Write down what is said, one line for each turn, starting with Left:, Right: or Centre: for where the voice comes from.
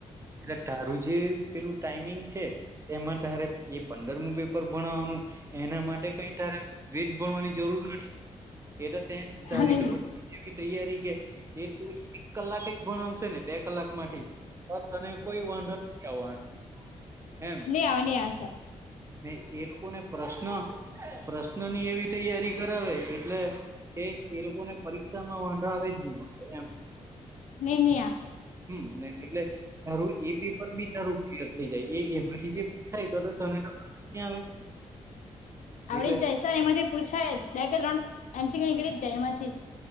Right: એટલે તારું જે પેલું ટાઈમિંગ છે એમાં તારે એ પંદરમ પેપર ભણવાનું એના માટે કઈ તારે વેદ ભણવાની જરૂર નથી એ તો ત્યાં તારી
Left: એમ નહી
Right: રીતે બ એવી તૈયારી કે એ તો એક કલાક જ ભણાવશે ને બે કલાક માંથી તને કોઈ વાંધો આવવાનો એમ
Left: ન આવ ન આ
Right: ને એ લોકોને પ્રશ્ન પ્રશ્નની એવી તૈયારી કરાવે એટલે કે એ લોકો ને પરીક્ષા માં વંરાવે જ નહી મળે એમ
Left: નિનીિયા
Right: હમ એટલે તારું એ પેપર બી તારું ક્લિયર થઈ જાય એ એમાંથી જે થાય તો તને કં આવે
Left: આવડી
Right: એટલે
Left: જાય સર એમાંથી પૂછાય બે કે ત્રણ એમસીક્યુ નીકળી જ જાય એમાંથી